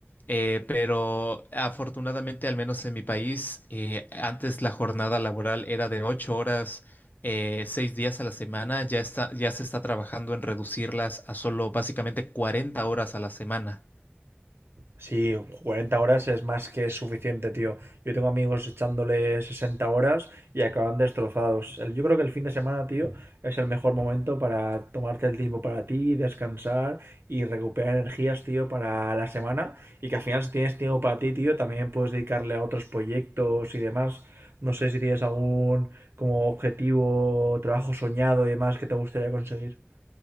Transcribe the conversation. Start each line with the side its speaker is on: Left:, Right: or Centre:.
Left: Eh, pero afortunadamente, al menos en mi país, eh, antes la jornada laboral era de ocho horas, eh, seis días a la semana, ya está, ya se está trabajando en reducirlas a solo básicamente 40 horas a la semana.
Right: Sí, 40 horas es más que suficiente, tío. Yo tengo amigos echándole 60 horas y acaban destrozados. El- Yo creo que el fin de semana, tío, es el mejor momento para tomarte el tiempo para ti, descansar y recuperar energías, tío, para la semana. Y que al final, si tienes tiempo para ti, tío, también puedes dedicarle a otros proyectos y demás. No sé si tienes algún como objetivo, trabajo soñado y demás que te gustaría conseguir.